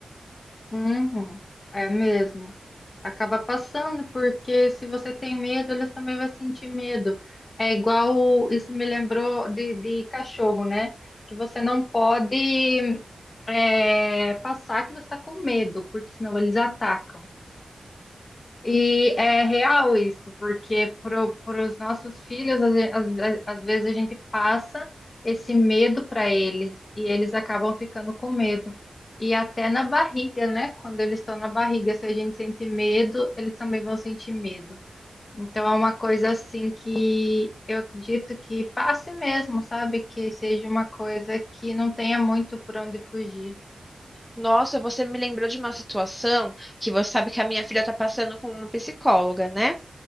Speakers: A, on the left (about 40°); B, in the centre.
A: Uhum, é mesmo. acaba passando, porque se você tem medo, eles também vão sentir medo. É igual, isso me lembrou de, de cachorro, né? Que você não pode é, passar que você está com medo, porque senão eles atacam. E é real isso, porque para os nossos filhos, às, ve- às às vezes a gente passa esse medo para eles e eles acabam ficando com medo. E até na barriga, né? Quando eles estão na barriga, se a gente sente medo, eles também vão sentir medo. Então é uma coisa assim que eu acredito que passe mesmo, sabe? Que seja uma coisa que não tenha muito por onde fugir.
B: Nossa, você me lembrou de uma situação que você sabe que a minha filha tá passando com uma psicóloga, né?